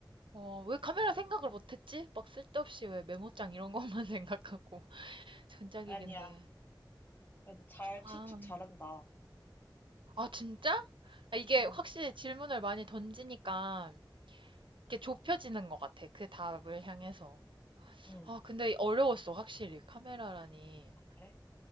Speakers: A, on the right; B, on the left.
A: 어, 왜 카메라 생각을 못했지? 막 쓸데없이 왜 메모장 이런 것만 <laughs> 생각하고 전자기기인데.
B: 아니야. 그래도 잘
A: 아,
B: 추측 잘한다.
A: 아 진짜? 아, 이게
B: 응,
A: 확실히 질문을 많이 던지니까 이게 좁혀지는 것 같아. 그 답을 향해서.
B: 응.
A: 아, 근데 어려웠어, 확실히. 카메라라니.
B: 그래?